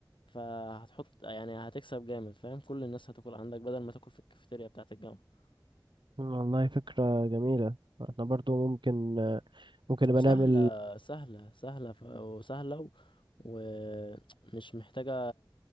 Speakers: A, on the left (about 85°); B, on the right (about 75°).
A: فهتحط يعني هتكسب جامد فاهم كل الناس هتاكل عندك بدل ما تاكل في الكافيتيريا بتاعت الجامعة
B: مم، والله فكرة جميلة احنا برضو ممكن آه، ممكن
A: وسهلة
B: نبقى نعمل
A: سهلة سهلة ف- وسهلة و- ومش محتاجة